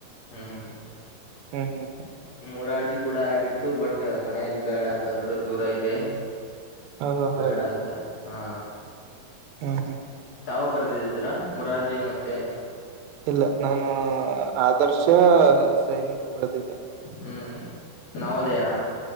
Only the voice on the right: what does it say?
ಹ್ಮ್ ಹ್ಮ್.
ಹ ಹ
ಹೌದಾ
ಹಾ ಹಾ.
ಇಲ್ಲ ನಾನು ಆದರ್ಶ ಸೈನಕ್ ಬರೆದಿದ್ದೆ.